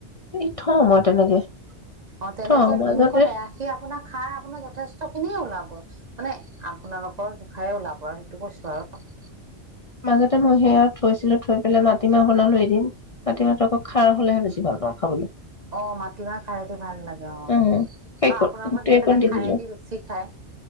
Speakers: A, on the left (about 40°); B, on the right (about 45°).
A: এই থও মই তেনেকে।
B: অ তেনেকে
A: থওঁ মাজতে
B: ভীমকল এয়াশি আপোনাৰ খাৰ আপোনাৰ যথেষ্ট খিনিয়ে ওলাব মানে আপোনালোকৰ জোখাৰে ওলাব আৰু সেইটো কৈছো আৰু।
A: মাজতে মই সেয়া থৈছিলো থৈ পেলাই মাটিমাহ বনালো এদিন মাটিমাহটো আকৌ খাৰ হ'লেহে বেছি ভাল পাওঁ খাবলে।
B: অ মাটিমাহ খাৰেদি ভাল লাগে অ আৰু
A: উম শেষত
B: আপোনালোকৰ
A: গোটেই
B: সেইফালে
A: অকণ দি
B: খাৰেদি
A: দিলো
B: বেছি খায়।